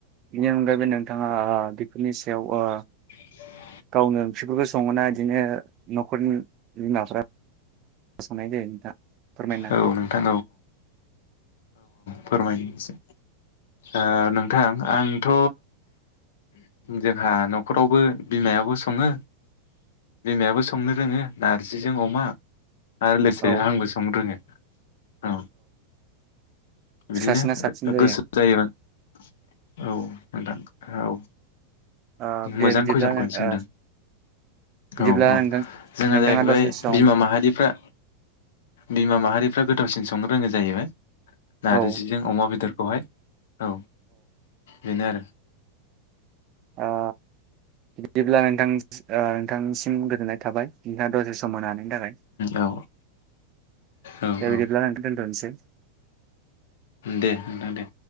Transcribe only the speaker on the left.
<unintelligible>
औ
नोंथां फोरमायसै ओ नोंथां आंथ' जोंहा न'खरावबो बिमायाबो सङो बिमायाबो संनो रोङो नारजिजों अमा आर लोसे
आंबो संनो रोङो औ बिदिनो
गोसो औ नोंथां औ।
मोजां
कुइसनखौनो सोंदों
औ औ
जोंहा
जाहैबाय
बिमा माहारिफ्रा बिमा माहारिफ्रा गो थोरसिन संनो रोङो जायोबाय नारजिजों
अमा बेदर खौहाय औ बेनो आरो
औ औ
औ
दे नोंथां दे।